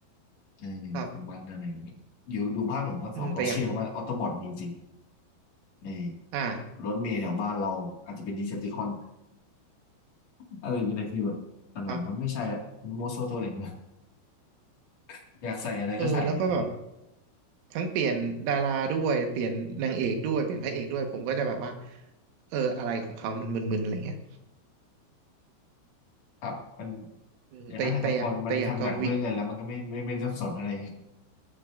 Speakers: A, on the left; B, on the right.
A: เออของมันอะไรอย่างเงี้ยเดี๋ยวดูภาคหนึ่งภาคสองเราเชื่อว่าออโตบอทมีจริง
B: <laughs> ครับ อืมแต่อย่าง
A: เออ
B: อ่า
A: รถเมล์แถวบ้านเราอาจจะเป็นดีเซปติคอน อะไรอย่างเงี้ยแต่คือแบบหลังๆมันไม่ใช่ละมันโมโซโทเลกนะ
B: ครับ
A: <laughs> อยากใส่อะไรก็ใส่อะไรอย่างเงี้ย
B: เออแล้วก็แบบทั้งเปลี่ยนดาราด้วยเปลี่ยนนางเอกด้วยเปลี่ยนพระเอกด้วยผมก็จะแบบว่าเอออะไรของเขามันมึนๆอะไรเงี้ย
A: ครับมัน
B: อืมแต่แต่อย่างแต่อย่างจอห์นวิก
A: อย่างนั้นนะครับพอมันทำหนังเพื่อเงินแล้วมันก็ไม่ไม่ไม่ต้องสนอะไร